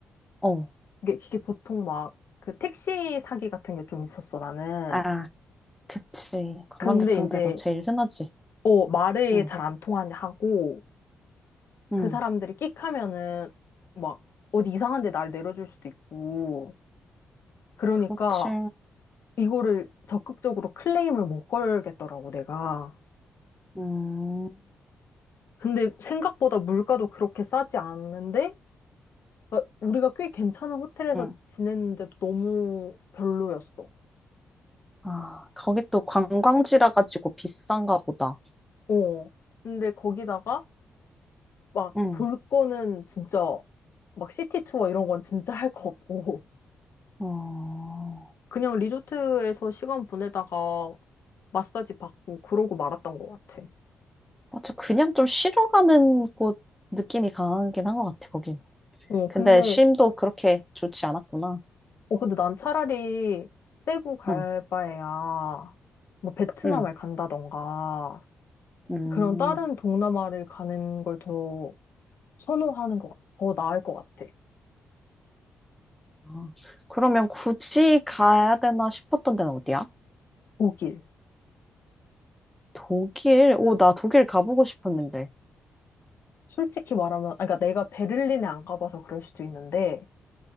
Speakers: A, in the centre; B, on the left (about 60°).
A: 어.
B: 이게, 이게 보통 막 그 택시 사기 같은 게 좀 있었어 나는.
A: 아, 그치. 관광객
B: 근데
A: 상대로
B: 이제
A: 제일 흔하지.
B: 어 말을
A: 응,
B: 잘 안 통하냐 하고 그
A: 응.
B: 사람들이 끽 하면은 막 어디 이상한 데날 내려줄 수도 있고 그러니까
A: 그렇지.
B: 이거를 적극적으로 클레임을 못 걸겠더라고 내가.
A: 음.
B: 근데 생각보다 물가도 그렇게 싸지 않는데, 그러니까 우리가 꽤 괜찮은 호텔에서
A: 응.
B: 지냈는데도 너무 별로였어.
A: 아, 거기 또 관광지라 가지고 비싼가 보다.
B: 어. 근데 거기다가 막
A: 응.
B: 볼 거는 진짜 막 시티 투어 이런 건 진짜 할 거 없고,
A: 어,
B: 그냥 리조트에서 시간 보내다가 마사지 받고 그러고 말았던 것 같아.
A: 맞아. 그냥 좀 쉬러 가는 곳 느낌이 강하긴 한 것 같아, 거긴.
B: 어,
A: 근데
B: 근데,
A: 쉼도 그렇게 좋지 않았구나.
B: 어, 근데 난 차라리 세부 갈
A: 응,
B: 바에야 뭐 베트남을
A: 응,
B: 간다던가,
A: 음.
B: 그런 다른 동남아를 가는 걸 더 선호하는 것, 같- 더 나을 것 같아.
A: 아, 그러면 굳이 가야 되나 싶었던 데는 어디야?
B: 독일.
A: 독일? 오, 나 독일 가보고 싶었는데.
B: 솔직히 말하면, 아, 그러니까 내가 베를린에 안 가봐서 그럴 수도 있는데,